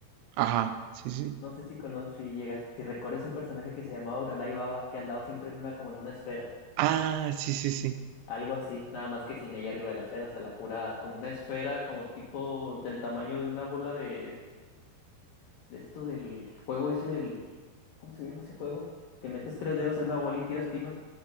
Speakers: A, on the right; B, on the left.
A: Ajá, sí, sí.
B: No sé si conoces, si llegas, si recuerdas un personaje que se llamaba Uranai Baba, que andaba siempre en una, como en una esfera.
A: Ah, sí, sí, sí.
B: Algo así, nada más que sin ella arriba de la esfera, o sea, la pura, como una esfera, como tipo del tamaño de una bola de, de esto del juego ese del, ¿cómo se llama ese juego? Que metes tres dedos en una bola y tiras pinos.